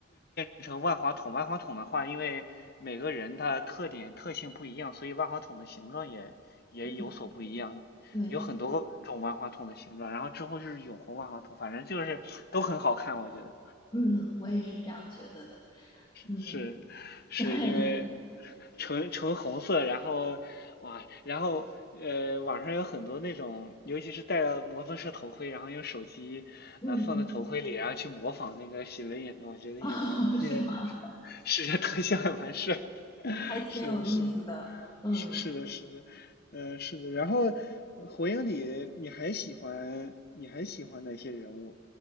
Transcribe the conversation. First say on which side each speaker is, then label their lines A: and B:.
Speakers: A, on the left; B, on the left.
A: 成万花筒。万花筒的话，因为每个人他特点特性不一样，所以万花筒的形状也也有所不一样，
B: 嗯对，
A: 有很多种万花筒的形状。然后之后就是永红万花筒，反正就是都很好看，我觉得
B: 嗯，我也是这样觉得的。嗯，
A: 是是因为
B: <laughs>
A: 纯纯红色，然后哇，然后呃，网上有很多那种，尤其是戴了摩托车头盔，然后用手机呃放在头盔里，
B: 对，嗯嗯，
A: 然后去模仿那个喜雷眼的，我觉得也蛮也
B: <laughs> 哦，是吗？
A: <laughs> 视觉特效也蛮帅。
B: 还挺有意思的。
A: 是的，是的，
B: 嗯。
A: 是是的，是的，嗯、是的。然后，火影里你还喜欢你还喜欢哪些人物？